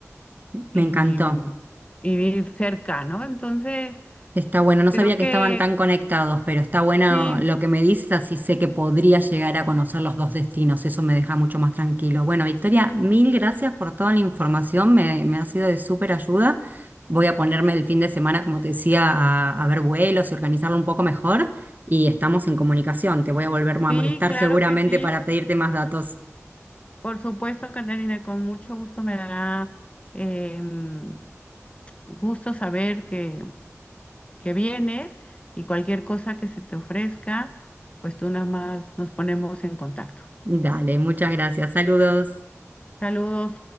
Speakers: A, on the right; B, on the left.
A: Me
B: y,
A: encantó.
B: mm, y ir cerca, ¿no? Entonces,
A: Está bueno, no
B: creo
A: sabía
B: que
A: que estaban tan conectados, pero está bueno
B: sí,
A: lo que me dices, así sé que podría llegar a conocer los dos destinos, eso me deja mucho más tranquilo. Bueno, Victoria, mil gracias por toda la información, me, me ha sido de súper ayuda. Voy a ponerme el fin de semana, como te decía, a, a ver vuelos y organizarlo un poco mejor y estamos en comunicación, te voy a volver a
B: sí,
A: molestar
B: claro
A: seguramente
B: que sí.
A: para pedirte más datos.
B: Por supuesto, Catarina, con mucho gusto me dará... em, gusto saber que, que vienes y cualquier cosa que se te ofrezca, pues tú nada más nos ponemos en contacto.
A: Dale, muchas gracias, saludos.
B: Saludos.